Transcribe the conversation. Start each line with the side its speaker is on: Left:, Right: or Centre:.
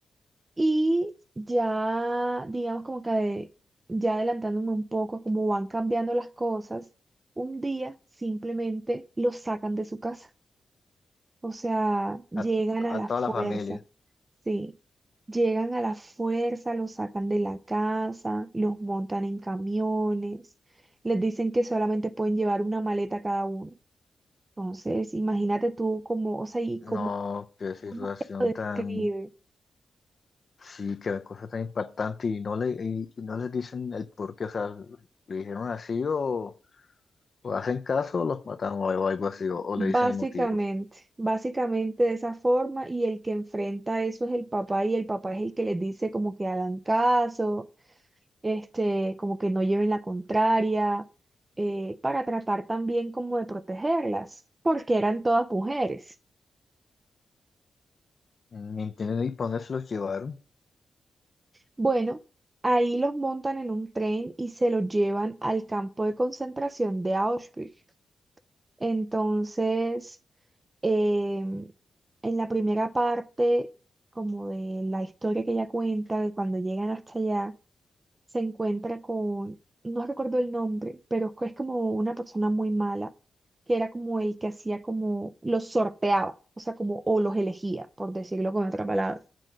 Right: Y ya, digamos como que ade- ya adelantándome un poco a cómo van cambiando las cosas, un día simplemente los sacan de su casa O sea, llegan
Left: A,
Right: a
Left: a
Right: la
Left: toda
Right: fuerza,
Left: la familia.
Right: sí, llegan a la fuerza, los sacan de la casa, los montan en camiones, les dicen que solamente pueden llevar una maleta cada uno. Entonces, imagínate tú cómo, o sea, y cómo,
Left: No, qué situación
Right: cómo te lo describe.
Left: tan, sí, qué cosa tan impactante y no le, y, y no les dicen el por qué, o sea, le dijeron así o, o hacen caso o los matamos o algo así, o, o
Right: Básicamente,
Left: le dicen el motivo.
Right: básicamente de esa forma, y el que enfrenta eso es el papá, y el papá es el que les dice como que hagan caso, este, como que no lleven la contraria, eh, para tratar también como de protegerlas, porque eran todas mujeres.
Left: Ni entienden ni para dónde se los llevaron.
Right: Bueno, ahí los montan en un tren y se los llevan al campo de concentración de Auschwitz. Entonces, em, en la primera parte, como de la historia que ella cuenta, de cuando llegan hasta allá, se encuentra con, no recuerdo el nombre, pero es como una persona muy mala, que era como el que hacía como, los sorteaba, o sea, como, o los elegía, por decirlo con otra palabra.